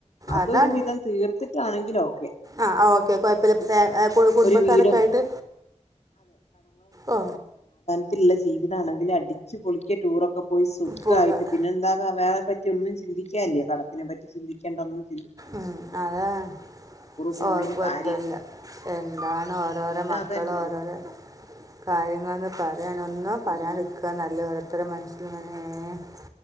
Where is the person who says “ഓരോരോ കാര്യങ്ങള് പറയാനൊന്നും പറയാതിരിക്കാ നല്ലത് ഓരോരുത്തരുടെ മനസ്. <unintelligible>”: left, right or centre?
Right